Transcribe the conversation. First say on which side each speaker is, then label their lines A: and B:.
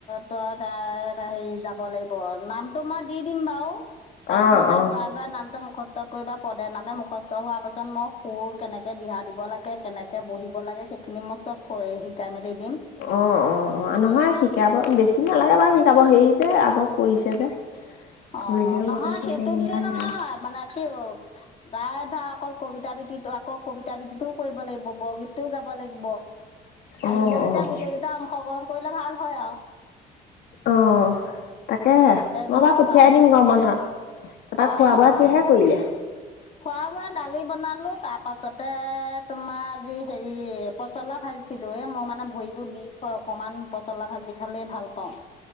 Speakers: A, on the left; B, on the left.
A: ত' তা হেৰি যাব লাগিব, নামটো মই দি দিম বাও। তাইৰ
B: অ',
A: ঘৰতে
B: অ',
A: গুৱাই গুৱাই নামটো মুখস্থ কৰিবা। পদে, নামে মুখস্থ হোৱাৰ পিছত মই সুৰ কেনেকে দিহা দিব লাগে, কেনেকে বহিব লাগে, সেইখিনি মই চ'ব হৈ শিকাই মেলি দিম।
B: অঁ, অঁ। অঁ, নহয় শিকাব বেছি নালাগে বাৰু শিকাব, হেৰি যে আগ কইছে যে।
A: অঁ
B: কৰিলে
A: নহয়,
B: বৰকে কৰিব
A: সেইটো
B: নালাগে
A: বুলিয়ে নহয়,
B: আৰু
A: মানে কি অ তাই ধৰখ অকল কবিতা আবৃত্তটো আকৌ, কবিতা আবৃত্তি টোও কৰিব লাগিব, বৰগীতটোও গাব লাগিব। আহিব
B: অ',
A: যেতিয়া
B: অ',
A: গোটেই কেইটা অংশ গ্ৰহণ কৰিলে ভাল হয় আও।
B: অহ' তাকেহে মই
A: মানে
B: বাও পঠিয়াই
A: পাইছ
B: দিম গৰম বন্ধত, তাৰপা
A: অঁ
B: খোৱা-বোৱা কিহে
A: অঁ
B: কইলে?
A: খোৱা- বোৱা দালি বনালো, তাপাছতে তোমাৰ যি হেৰি পচলা ভাজিছিলো, এ ম' মানে ভৰিবোৰ বিষ হয় অকমান, পচলা ভাজি খালেই ভাল পাওঁ।